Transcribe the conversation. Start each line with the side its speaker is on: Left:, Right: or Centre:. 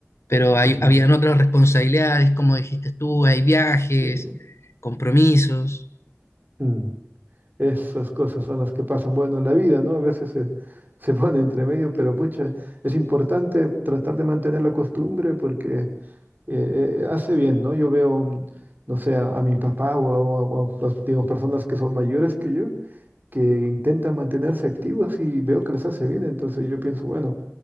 Left: pero hay,
Right: ujú,
Left: habían otras responsabilidades, como dijiste tú, hay viajes,
Right: Sí.
Left: compromisos.
Right: mm. Esas cosas son las que pasan, bueno, en la vida, ¿no? A veces se, se <laughs> pone entre medio, pero pucha, es importante tratar de mantener la costumbre porque eh, eh, hace bien, ¿no? Yo veo, mm, no sé, a, a mi papá o, a, o a- o a, digamos, personas que son mayores que yo, que intentan mantenerse activos y veo que les hace bien, entonces yo pienso, bueno.